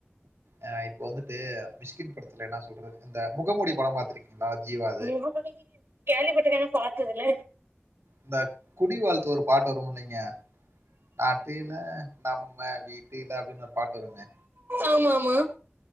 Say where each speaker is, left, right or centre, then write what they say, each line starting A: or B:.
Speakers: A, on the right; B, on the right.
A: அ இப்போ வந்துட்டு மிஷ்கின் படத்துல என்னா சொல்றது இந்த முகமூடி பட பாத்துருக்கீங் ளா ஜீவா
B: முகமூடி கேள்விபட்ருக்க அனா பாத்ததுல்ல
A: இந்த குடி வாழ்த்து ஒரு பாட்டு வரும் இல்லைங்க நாட்டில நம்ம வீட்டில அப்டின் ஒரு பாட்டு வருமே
B: ஆமாமா